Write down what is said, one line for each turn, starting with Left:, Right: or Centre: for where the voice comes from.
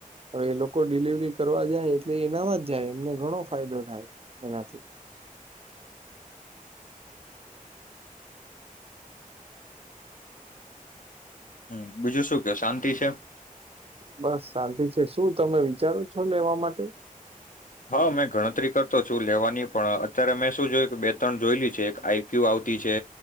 Right: હવે એ લોકો ડિલિવરી કરવા જાય એટલે એનામાં જ જાય એમને ઘણો ફાયદો થાય એનાથી
Left: હમ બીજું શું ક્યો શાંતિ છે?
Right: બસ શાંતિ છે શું તમે વિચારો છો લેવા માટે
Left: હા મેં ગણતરી કરતો છું લેવાની પણ અત્યારે મેં શું જોયું કે બે ત્રણ જોયેલી છે એક આઈક્યુ આવતી છે